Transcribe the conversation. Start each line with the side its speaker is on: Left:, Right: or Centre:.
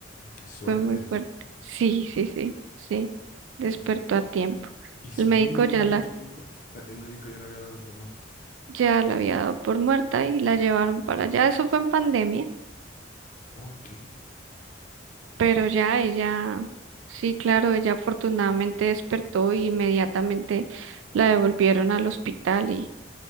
Left: qué suerte.
Right: Fue muy fuerte. Sí, sí, sí, sí. Despertó
Left: ¿Y,
Right: a tiempo.
Left: y siguió
Right: El médico
Left: viviendo
Right: ya la,
Left: mucho tiempo? Eh, El médico ya le había dado por muerte.
Right: ya la había dado por muerta y la llevaron para allá. Eso fue en pandemia,
Left: Ok.
Right: pero ya ella, sí, claro, ella afortunadamente despertó y inmediatamente la devolvieron al hospital y,